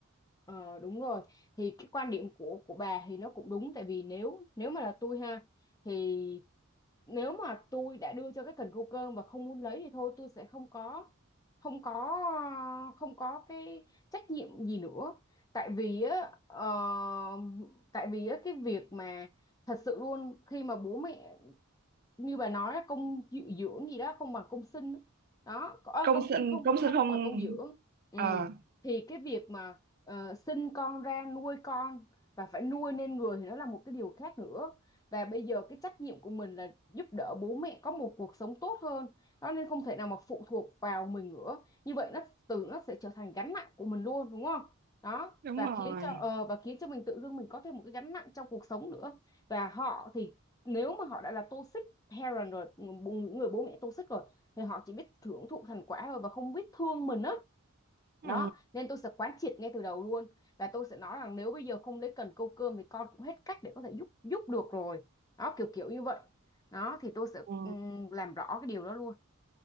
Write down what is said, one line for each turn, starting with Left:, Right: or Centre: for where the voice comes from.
Left: ờ, đúng rồi thì cái quan điểm của của bà thì nó cũng đúng tại vì nếu nếu mà là tôi ha thì nếu mà tôi đã đưa cho cái cần câu cơm và không muốn lấy thì thôi tôi sẽ không có không có không có cái trách nhiệm gì nữa tại vì á ờ, tại vì á cái việc mà thật sự luôn khi mà bố mẹ như bà nói á, công dư- dưỡng gì đó không bằng công sinh á. đó có- à,
Right: công
Left: công
Right: sinh
Left: sinh không
Right: công
Left: không
Right: sinh không
Left: không bằng công dưỡng ừ.
Right: ờ
Left: thì cái việc mà ờ, sinh con ra nuôi con và phải nuôi nên người thì nó là một cái điều khác nữa và bây giờ cái trách nhiệm của mình là giúp đỡ bố mẹ có một cuộc sống tốt hơn nó nên không thể nào mà phụ thuộc vào mình nữa như vậy nó từ nó sẽ trở thành gánh nặng của mình luôn đúng không đó
Right: đúng
Left: và
Right: rồi
Left: khiến cho ờ, và khiến cho mình tự dưng mình có thêm một cái gánh nặng trong cuộc sống nữa và họ thì nếu mà họ đã là toxic parent rồi người bố mẹ toxic rồi thì họ chỉ biết hưởng thụ thành quả thôi và không biết thương mình á đó.
Right: ừ.
Left: Đó nên tôi sẽ quán triệt ngay từ đầu luôn và tôi sẽ nói rằng nếu bây giờ không lấy cần câu cơm thì con cũng hết cách để có thể giúp giúp được rồi đó kiểu kiểu như vậy đó thì tôi sẽ
Right: ừ.
Left: ừm, làm rõ cái điều đó luôn